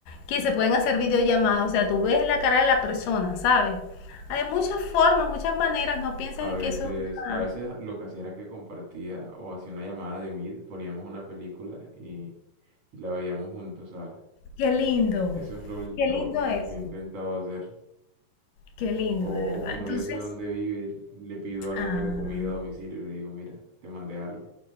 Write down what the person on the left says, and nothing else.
que se pueden hacer videollamadas. O sea, tú ves la cara de la persona, ¿sabes? Hay muchas formas, muchas maneras. No pienses
en que eso es una...
Qué lindo.
Qué lindo
eso.
Qué lindo,
de verdad.
Entonces,
ah,